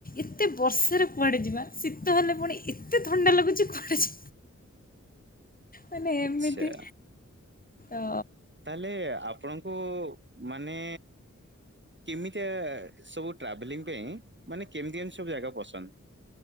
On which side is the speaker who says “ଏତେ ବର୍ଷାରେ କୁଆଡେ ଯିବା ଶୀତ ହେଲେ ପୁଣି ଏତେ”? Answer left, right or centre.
Left